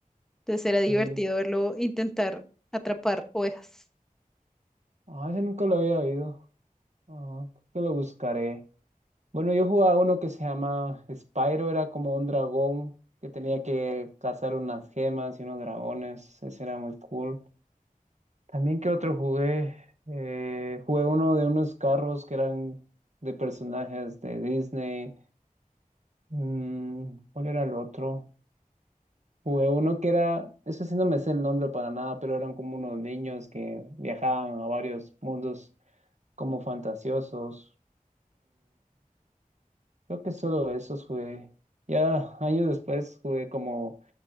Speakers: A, in the centre; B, on the right.
A: Entonces era divertido
B: sí.
A: verlo intentar atrapar ovejas.
B: Ah, ese nunca lo había oído. Ah, creo que lo buscaré. Bueno, yo jugaba uno que se llama Spyro, era como un dragón que tenía que cazar unas gemas y unos dragones, ese era muy cool. También que otro jugué, Eh, jugué uno de unos carros que eran de personajes de Disney. Mm, ¿cuál era el otro? Jugué uno que era, eso sí no me sé el nombre para nada, pero eran como unos niños que viajaban a varios mundos como fantasiosos. Creo que solo esos jugué. Ya años después jugué como